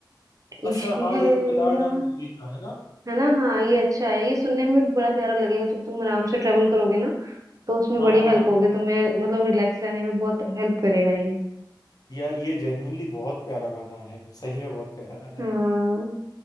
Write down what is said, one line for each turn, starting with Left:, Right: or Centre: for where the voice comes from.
Right: इश्क
Left: अच्छा हाँ
Right: है
Left: ये तो केदारनाथ
Right: या
Left: मूवी का है ना
Right: है ना हाँ ये अच्छा है ये सुनने में भी बड़ा प्यारा लगेगा जब तुम आराम से ट्रेवल करोगे ना तो उसमें
Left: हाँ
Right: बड़ी
Left: हाँ
Right: हेल्प
Left: हाँ
Right: होगी
Left: हाँ
Right: तुम्हें मतलब रिलैक्स रहने में बहुत हेल्प करेगा ये
Left: यार ये जेन्युइनली बहुत प्यारा गाना है सही में बहुत प्यारा गाना है
Right: हाँ